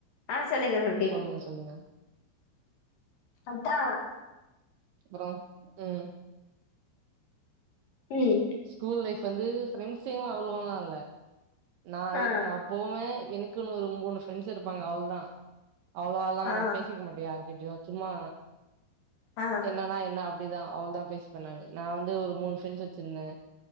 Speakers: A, on the left; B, on the right.
A: ஆ சொல்லுங்க
B: சொல்லுங்க சொல்லுங்க
A: அத்தா
B: அப்புறோ உம்
A: ம்
B: ஸ்கூல் லைஃப் இப்ப வந்து ஃப்ரெண்ட்ஸ்ங்களு அவ்ளோளா இல்ல நா அ
A: ஆ
B: நா போவே எனக்குனு ஒரு மூணு ஃப்ரெண்ட்ஸ் இருப்பாங்க அவ்ள தா அவளவாலா
A: ஆ
B: நா பேசிக்க மாட்ட யார்கி கிட்டயு சும்மா
A: ஆ
B: என்னான்னா என்ன அப் அப்படிதா அவ்ளோ தா பேசிப்ப நானு நா வந்து ஒரு மூணு ஃபிரண்ட்ஸ் வச்சிருந்தே